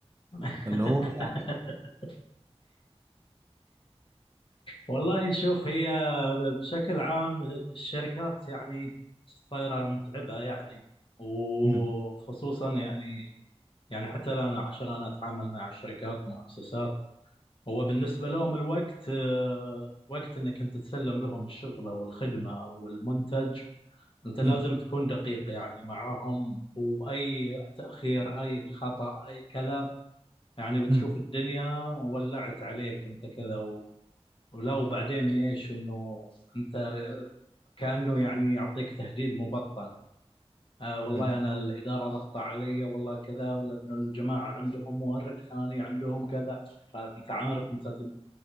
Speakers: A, on the left; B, on the right.
A: <laughs>
B: فاللي هو يعني
A: والله شوف هي بشكل عام الشركات يعني صايرة متعبة يعني وخصوصا
B: مم.
A: يعني يعني حتى أنا عشان أنا أتعامل مع شركات ومؤسسات هو بالنسبة لهم الوقت آه، وقت إنك أنت تسلم لهم الشغل أو الخدمة أو المنتج أنت لازم
B: مم.
A: تكون دقيق يعني معاهم وأي تأخير أي خطأ أي كذا يعني بتشوف
B: مم.
A: الدنيا ولعت عليك انت كذا و... ولو بعدين ايش انه انت كأنه يعني يعطيك تهديد مبطن آه والله
B: مم.
A: انا الاداره ضغط علي والله كذا لانه الجماعه عندهم مورد ثاني عندهم كذا فانت عارف انت ت-